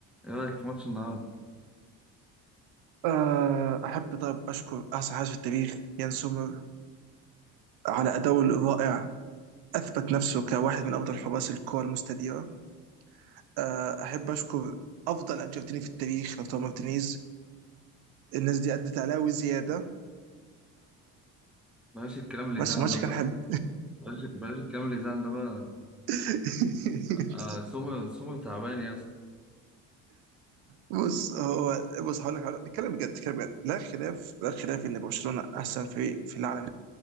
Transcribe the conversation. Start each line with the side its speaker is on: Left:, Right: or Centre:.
Centre: ايه رايك في ماتش النهارده
Right: آه، أحب طيب أشكر أحسن حارس في التاريخ يان سومر على أداؤه الرائع أثبت نفسه كواحد من أفضل حراس الكرة المستديرة آه، أحب أشكر أفضل أرجنتيني في التاريخ لوتارو مارتينيز الناس دي أدت عليه وزيادة
Centre: بلاش الكلام اللي
Right: بس
Centre: يزعل
Right: الماتش
Centre: ده بقى
Right: كان حلو
Centre: بلاش بلاش الكلام اللي يزعل ده بقى
Right: <laughs>
Centre: آه سومر سومر تعبان يا اسطى
Right: بص هو بص هقول لك هقول لك نتكلم بجد نتكلم بجد لا خلاف لا خلاف إن برشلونة أحسن فريق في العالم